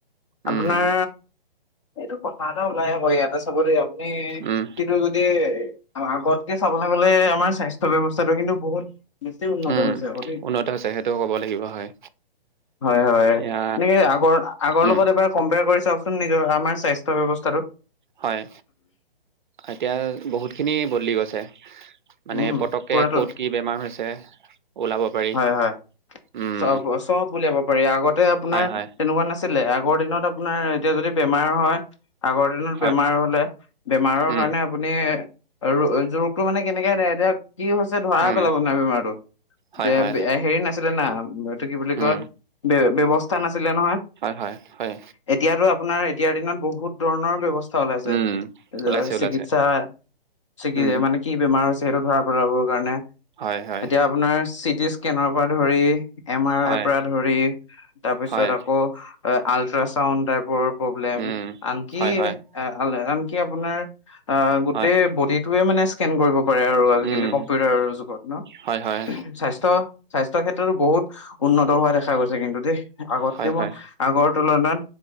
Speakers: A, on the left; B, on the right.
A: আপোনাৰ
B: উম
A: এইটো কথা এটা ওলাই হ' ইয়াতে চাব দিয়ক। আমি
B: উম
A: কিন্তু যদি আৰু আগতকে চাবলৈ গ'লে আমাৰ স্বাস্থ্য ব্যৱস্থাটোৰ কিন্তু বহুত বেছি উন্নত
B: উম,
A: হৈছে আকৌ দেই
B: উন্নত হৈছে সেইটোও ক'ব লাগিব হয়।
A: হয় হয়
B: এতিয়া
A: এনেকে আগৰ আগৰ
B: উম
A: লগত এবাৰ কম্পেয়াৰ কৰি চাওকচোন নিজৰ আমাৰ স্বাস্থ্য ব্যৱস্থাটো।
B: হয় এতিয়া বহুতখিনি বদলি গৈছে। মানে
A: উম
B: পতককে
A: পুৰাতো
B: ক'ত কি বেমাৰ হৈছে ওলাব পাৰি
A: হয় হয়
B: উম
A: চব চব উলিয়াব পাৰি আগতে আপোনাৰ
B: হয় হয়
A: তেনেকুৱা না আছিলে আগৰ দিনত আপোনাৰ এতিয়া যদি বেমাৰ হয় আগৰ দিনত
B: হয়
A: বেমাৰ হলে বেমাৰৰ
B: উম
A: কাৰণে আপুনি আৰু ৰোগটো মানে কেনেকে এতিয়া কি হৈছে ধৰাই
B: উম
A: পেলাব মানে বেমাৰটো।
B: হয়
A: ব
B: হয়
A: হেৰি নাছিল না এইটো কি বুলি কয়
B: উম
A: ব ব্যৱস্থা নাছিলে নহয়।
B: হয় হয় হয়
A: এতিয়াতো আপোনাৰ এতিয়াৰ দিনত বহুত ধৰণৰ ব্যৱস্থা
B: উম
A: <unintelligible>
B: ওলাইছে ওলাইছে
A: চিকিৎসা ছিগি
B: উম
A: জাই মানে কি বেমাৰ হৈছে সেইটো ধৰা পেলাবৰ কাৰণে
B: হয় হয়
A: এতিয়া আপোনাৰ চিটি স্কেনৰ পৰা ধৰি এম আৰ
B: হয়
A: আইৰ পৰা ধৰি তাৰপিছত
B: হয়
A: আকৌ আল্ট্ৰাচাউড টাইপৰ প্ৰব্লেম
B: উম
A: আনকি
B: হয় হয়
A: আনকি আপোনাৰ অ', গোটেই
B: হয়
A: বডিটেৱে মানে স্কেন কৰিব পাৰে আৰু আজিকালি
B: উম
A: কম্পিউটাৰ যুগত ন'
B: হয় হয়
A: স্বাস্থ্য স্বাস্থ্যৰ ক্ষেত্ৰতো বহুত উন্নত হোৱা দেখা গৈছে কিন্তু দেই আগতকে
B: হয়
A: মই
B: হয়
A: আগৰ তুলনাত